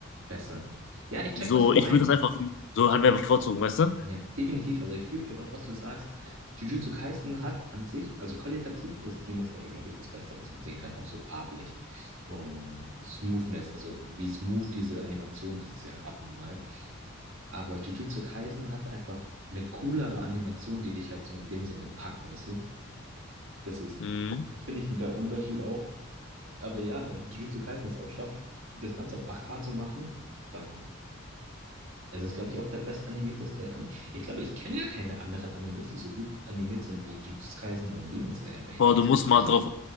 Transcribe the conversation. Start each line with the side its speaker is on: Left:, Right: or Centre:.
Right: besser. Ja, ich check,
Left: so,
Right: was du meinst.
Left: ich würde das einfach so halt mehr bevorzugen, weißt du?
Right: Ja, definitiv. Also ich fühle genau, was du sagst. Jujutsu Kaisen hat an sich, also qualitativ ist Demon Slayer, glaube ich, das Beste, was man sehen kann, auch so farblich. Und Smoothness, also wie smooth diese Animation ist, ist ja abnormal. Aber Jujutsu Kaisen hat einfach eine coolere Animation, die dich halt so in dem Sinne packt, weißt du? Das ist,
Left: Mhm.
Right: finde ich, der Unterschied auch. Aber ja, wenn Jujutsu Kaisen es auch schafft, das Ganze auf 8K zu machen, dann es ist, glaube ich, auch der bestanimierteste Anime. Ich glaube, ich kenne ja keine anderen Animes, die so gut animiert sind wie Jujutsu Kaisen und Demon Slayer, wenn ich
Left: Boah,
Right: nachdenke.
Left: du musst mal drauf.